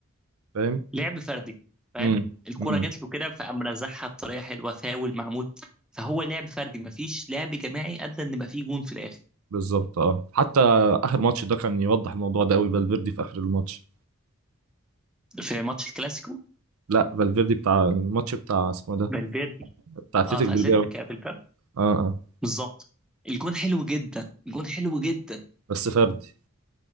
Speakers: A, on the right; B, in the centre.
A: فاهم
B: لعب فردي فاهم
A: امم
B: الكرة
A: امم
B: جات له كده فقام رزعها بطريقة حلوة فاول معمول فهو لعب فردي مفيش لعب جماعي أدى إن يبقى فيه جون في الآخر
A: بالظبط اه حتى اخر ماتش ده كان يوضح الموضوع ده قوي فالفيردي في اخر الماتش
B: في ماتش الكلاسيكو
A: لا فالفيردي بتاع الماتش بتاع اسمه إيه ده
B: فالفيردي
A: بتاع اتلتيك
B: اه في
A: بالباو
B: أتلتيك بالباب
A: اه اه
B: بالظبط الجون حلو جدا الجون حلو جدا
A: بس فردي